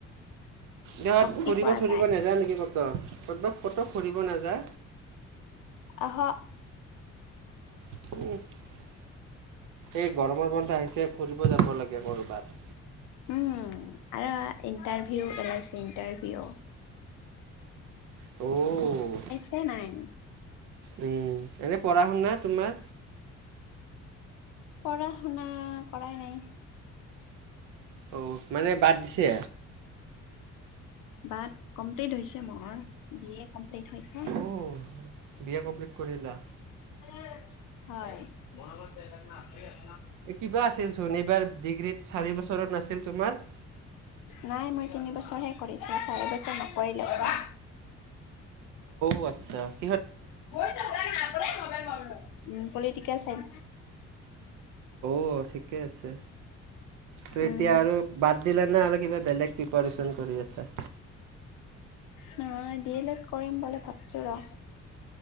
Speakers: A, on the right (about 80°); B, on the left (about 85°).
A: জাত
B: শক্তি
A: ঘূৰিব
B: পোৱা
A: চোৰিব
B: যায়
A: নাযায় নেকি ক'তবা - ক'তবা ফুৰিব নাযা।
B: আহা
A: <unintelligible> এই গৰমৰ বন্ধ আহিছে ফুৰিব যাব লাগে কৰ'বাত।
B: উম আৰু ইণ্টাৰভিউ পেলাইছে ইণ্টাৰভিউ।
A: অ'
B: এ নাই।
A: উম, এনে পঢ়া শুনা, তোমাৰ।
B: পঢ়া শুনা কৰাই নাই।
A: অ' মানে বাদ দিছে।
B: বাট কমপ্লিট হৈছে মৰ, বি য়ে। কমপ্লিট হৈছে।
A: অ' বি এ কমপ্লিট কৰিলা।
B: হয়।
A: কিবা আছিল চোন, এইবাৰ ডিগ্ৰীত চাৰি বছৰত নাছিল তোমাৰ।
B: নাই মই তিনি বছৰহে কৰিছোঁ, চাৰি বছৰ নকৰিলো ৰ'বা।
A: আচচা
B: <unintelligible> উম পলিটিকেল চাইনচ।
A: অ' ঠিকে আছে। ত
B: উম
A: এতিয়া আৰু বাদ দিলা নে আৰু কিবা বেলেগ প্ৰিপাৰ্যন কৰি আছা
B: নাই ডি এল এড কৰিম বুলি ভাবিছো ৰ